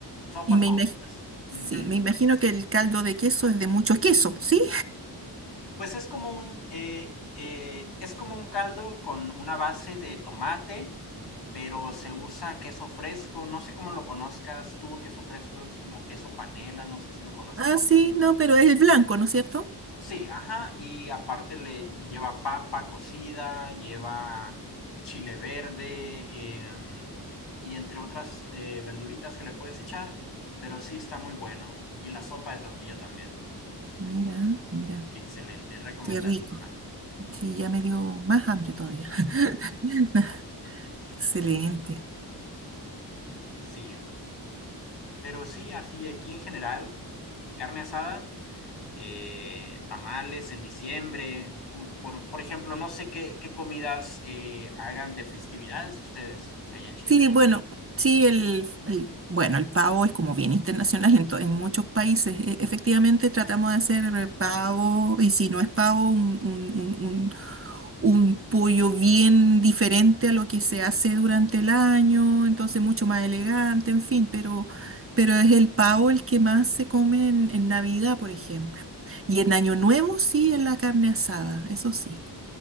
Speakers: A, on the left; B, on the right.
A: sopas
B: Y me
A: favoritas.
B: imagino,
A: Ujú.
B: sí, me imagino que el caldo de queso es de mucho queso, ¿sí?
A: Pues es como un, eh, eh, es como un caldo con una base de tomate pero se usa queso fresco, no sé cómo lo conozcas tú, queso fresco es como queso panela, no sé si lo conozcas.
B: Ah, sí, no, pero es el blanco, ¿no es cierto?
A: Sí, ajá, y aparte le lleva papa cocida, lleva chile verde eh, y entre otras eh, verduritas que le puedes echar, pero sí está muy bueno. Y la sopa de tortilla también,
B: Mira, mira,
A: excelente, recomendadísima.
B: qué rico. Sí, ya me dio más hambre todavía. <laughs> Excelente.
A: Sí, sí, pero sí, así aquí en general, carne asada eh, tamales en diciembre. Por, por ejemplo, no sé qué, qué comidas eh, hagan de festividades ustedes allá en Chile.
B: Sí, bueno, sí, el, el- bueno, el pavo es como bien internacional en, to- en muchos países. E- efectivamente, tratamos de hacer eh, pavo, y si no es pavo, un, un, un, un- un pollo bien diferente a lo que se hace durante el año, entonces mucho más elegante, en fin, pero, pero es el pavo el que más se come en, en Navidad, por ejemplo. Y en Año Nuevo, sí, en la carne asada, eso sí.